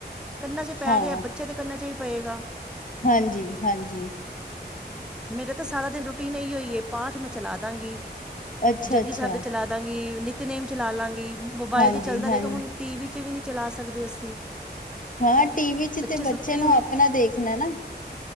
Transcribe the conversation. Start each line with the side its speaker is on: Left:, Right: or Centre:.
Centre: ਕੰਨਾ 'ਚ ਪੈ
Left: ਹਾਂ
Centre: ਰਿਹੇ ਆ ਬੱਚੇ ਦੇ ਕੰਨਾ 'ਚ ਪਏਗਾ।
Left: ਹਾਂਜੀ ਹਾਂਜੀ।
Centre: ਮੇਰਾ ਤਾਂ ਸਾਰਾ ਦਿਨ ਰੂਟੀਨ ਇਹੀ ਹੋਈ ਹੈ ਪਾਠ ਮੈਂ ਚਲਾ ਦਾਂਗੀ
Left: ਅੱਛਾ
Centre: ਜਪਜੀ
Left: ਅੱਛਾ
Centre: ਸਾਹਿਬ ਦੇ ਚਲਾ ਦਾਗੀ ਨਿਤਨੇਮ ਚਲਾ ਲਾਂਗੀ ਮੋਬਾਇਲ
Left: ਹਾਂਜੀ
Centre: ਤੇ ਚੱਲਦਾ
Left: ਹਾਂਜੀ
Centre: ਰਹੇਗਾ ਹੁਣ ਟੀ ਵੀ ਚ ਵੀ ਨਹੀਂ ਚਲਾ ਸਕਦੇ ਅਸੀਂ।
Left: ਹਾਂ ਟੀਵੀ ਚ ਤੇ
Centre: ਸੁੱਤੇ
Left: ਬੱਚੇ ਨੂੰ
Centre: ਹੋ-
Left: ਆਪਣਾ ਦੇਖਣਾ ਨਾ।